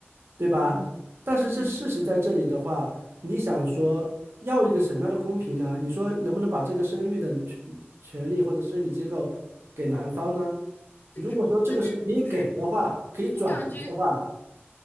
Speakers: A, on the right; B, on the left.
A: 对吧？
B: 嗯
A: 但是这事实在这里的话，
B: 嗯，
A: 你想说要一个什么样的公平呢？你说能不能把这个生育的权权利或者生理结构给男方呢？
B: 但是但是不是，
A: 如果说这个是可以给的话，可以转移的话，
B: 我感觉。